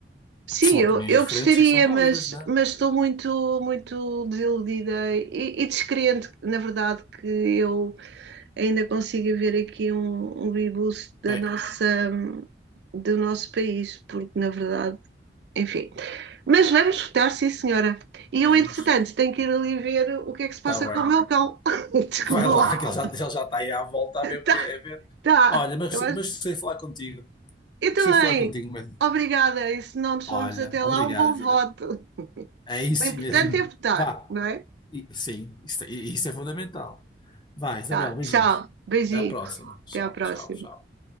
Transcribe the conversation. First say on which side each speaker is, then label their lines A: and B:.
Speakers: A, on the right; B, on the left.
A: Sim,
B: Pá, São
A: eu,
B: opiniões
A: eu
B: diferentes
A: gostaria,
B: e são válidas,
A: mas,
B: não é?
A: mas estou muito, muito desiludida e, e descrente, na verdade, que eu ainda consiga ver aqui um, um rebuço da
B: É,
A: nossa, do nosso país, porque na verdade, enfim. Mas vamos votar, sim, senhora. E eu,
B: vamos,
A: entretanto, tenho que ir ali ver o que é que se
B: está
A: passa
B: bem.
A: com o meu cão. <laughs> Desculpa
B: Vai lá,
A: lá.
B: que ele já, ele já está aí à volta a ver o
A: Tá,
B: que é, a ver.
A: tá.
B: Olha, mas,
A: Eu, acho-
B: mas gostei de falar contigo.
A: eu
B: Gostei
A: também.
B: de falar contigo, mas.
A: Obrigada. E se não nos
B: Olha,
A: formos até
B: obrigado,
A: lá, um bom
B: Isabel.
A: voto.
B: É isso
A: O importante
B: mesmo.
A: é votar,
B: Vá.
A: não é?
B: E- sim, isso, isso é fundamental. Vá, Isabel,
A: Tá.
B: beijinhos.
A: Tchau. Beijinho.
B: Até a próxima. Tchau,
A: Até à próxima.
B: tchau, tchau.